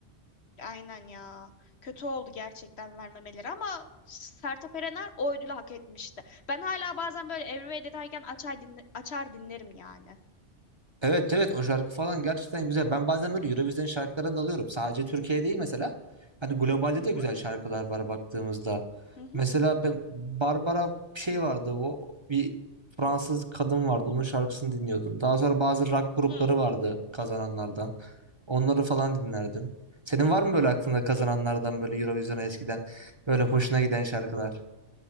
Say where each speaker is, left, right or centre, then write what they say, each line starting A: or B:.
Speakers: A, on the left; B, on the right.
A: Aynen ya. Kötü oldu gerçekten vermemeleri ama Sertab Erener o ödülü hak etmişti. Ben hala bazen böyle Everyway deterken açar, dinle- açar dinlerim yani.
B: Evet evet o şarkı falan gerçekten güzel. Ben bazen böyle Eurovision şarkılarına dalıyorum. Sadece Türkiye değil mesela. Hani globalde
A: Hı hı
B: de güzel şarkılar var baktığımızda.
A: hı hı.
B: Mesela ben Barbara bir şey vardı. O bir Fransız kadın vardı. Onun şarkısını dinliyordum. Daha sonra bazı rock grupları
A: Hı.
B: vardı kazananlardan. Onları falan dinlerdim. Senin var mı böyle aklında kazananlardan böyle Eurovision'a eskiden böyle hoşuna giden şarkılar?